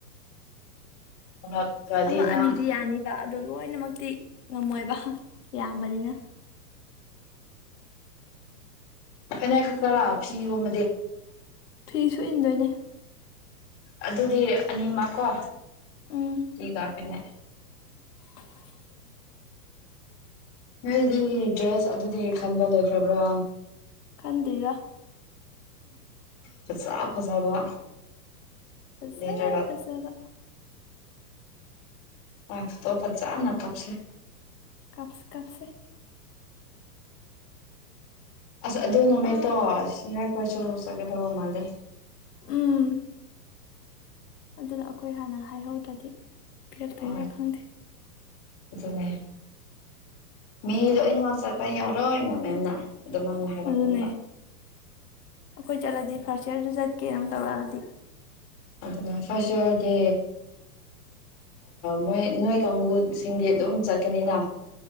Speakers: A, on the left (about 35°); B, on the left (about 70°).
A: ꯄꯨꯔꯛꯇ꯭ꯔꯗꯤ
B: ꯑꯃ
A: ꯅꯪ
B: ꯑꯅꯤꯗꯤ ꯌꯥꯅꯤꯕ ꯑꯗꯨ ꯂꯣꯏꯅꯃꯛꯇꯤ ꯉꯝꯃꯣꯏꯕ ꯏꯕꯅꯤꯅ
A: ꯎ ꯐꯅꯦꯛ ꯈꯛꯇꯔꯥ ꯐꯤꯒꯨꯝ
B: ꯐꯤ ꯁ ꯏꯟꯗꯣꯏꯅꯦ
A: ꯑꯗꯨꯗꯤ ꯑꯅꯤꯃꯛ ꯀꯣ
B: ꯎꯝ
A: ꯐꯤ ꯀꯥ ꯐꯦꯅꯦ
B: <inaudible>
A: ꯅꯣꯏꯗꯤ ꯗ꯭ꯔꯦꯁ ꯑꯗꯨꯗꯤ ꯈꯟꯕ ꯂꯣꯏꯈ꯭ꯔꯕ꯭ꯔꯥ
B: ꯈꯟꯗ꯭ꯔꯤꯗ
A: ꯐꯖꯥ ꯐꯖꯕ
B: ꯐꯁ
A: ꯂꯩꯔꯒ
B: ꯐꯁꯕ
A: ꯋꯥ ꯇ ꯐꯖꯥ ꯅ ꯀꯞꯁ
B: ꯀꯞꯁ ꯀꯞꯁꯦ
A: ꯑꯁ ꯑꯗꯨ ꯅꯃꯤꯠꯇꯣ
B: ꯑ
A: ꯁꯤꯉ ꯀꯣꯏꯁꯨ ꯆꯒꯗꯕ ꯃꯥꯜꯗꯦ
B: ꯎꯝ ꯑꯗꯨꯅ ꯑꯩꯈꯣꯏ ꯍꯥꯟꯅ ꯍꯥꯏꯍꯧꯗ꯭ꯔꯗꯤ ꯄꯤꯔ ꯄꯔ
A: ꯍꯣꯏ
B: ꯈꯪꯗꯦ
A: ꯑꯗꯨꯅꯦ ꯃꯤ ꯂꯣꯏꯅꯃꯛ ꯆꯠꯄ ꯌꯥꯔꯣꯏꯅ ꯃꯦꯝꯅ ꯑꯗꯨꯃꯥꯏꯅ ꯍꯥꯏꯔꯛꯄꯅꯦꯕ
B: ꯑꯗꯨꯅꯦ ꯑꯩꯈꯣꯏ ꯆꯠꯂꯗꯤ ꯐꯔꯁꯔꯁꯨ ꯆꯠꯀꯦ ꯑꯗꯨ ꯇꯧꯔꯛꯑꯗꯤ
A: ꯑꯗꯨꯅ ꯐꯥꯔꯁ ꯏꯌꯥꯔꯗꯤ ꯃꯣꯏ ꯅꯣꯏ ꯀꯥꯡꯕꯨꯨꯁꯤꯡꯗꯤ ꯑꯗꯨꯝ ꯆꯠꯀꯅꯤꯅ